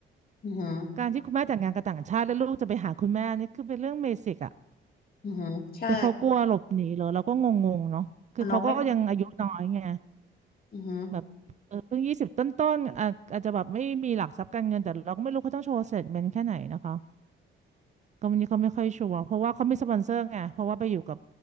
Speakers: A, on the left; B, on the right.
A: อือหือ
B: การที่คุณแม่แต่งงานกับต่างชาติแล้วลูกจะไปหาคุณแม่นี่คือเป็นเรื่องเบสิกอะ
A: อือหือใช่
B: แต่เขากลัวหลบหนีเหรอเราก็งงๆเนาะคือเขาก็ยังอายุน้อยไง
A: พอน้องไม่อือหือ
B: แบบเออเพิ่งยี่สิบต้นๆอาจอาจจะแบบไม่มีหลักทรัพย์การเงินแต่เราก็ไม่รู้เขาต้องโชว์เสร็จเป็นแค่ไหนนะคะก็วันนี้เขาไม่ค่อยชัวร์เพราะว่าเขามีสปอนเซอร์ไงเพราะว่าไปอยู่กับ